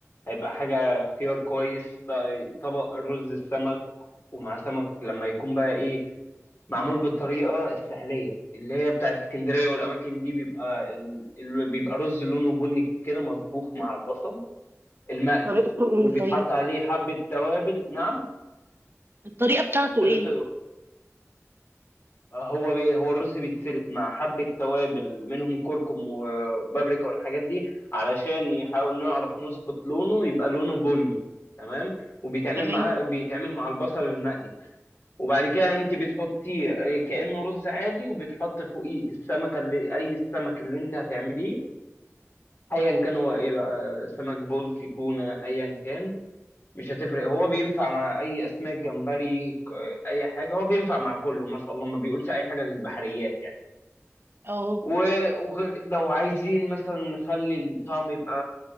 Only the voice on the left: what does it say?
هيبقى حاجه اختيار كويس ط- طبق رز السمك ومع سمك لما يكون بقى ايه معمول بالطريقه السحليه اللي هي بتاعت اسكندريه والاماكن دي بيبقى ال- ال- بيبقى رز لونه بني كده مطبوخ مع البصل المقلي
وبيتحط
عليه حبه توابل نعم
طريقته
هو بي هو الرز بيتسلق مع حبة توابل منهم كركم و- وبابريكا والحاجات دي علشان يحاول نعرف نظبط لونه يبقى لونه بني تمام وبيتعمل
معاه بيتعمل مع البصل المقلي وبعد كده انت بتحطيه آه، كأنه رز عادي وبتحط فوقيه السمكة اللي اي السمك اللي انت هتعمليه ايا كان هو ايه بقى سمك بلطي تونة ايا كان مش هتفرق هو بينفع مع اي اسماك جمبري ك- اي حاجة هو بينفع مع كله ما شاء الله ما بيقولش اي حاجة للبحريات يعني
و- ولو عايزين مثلا نخلي الطعم يبقى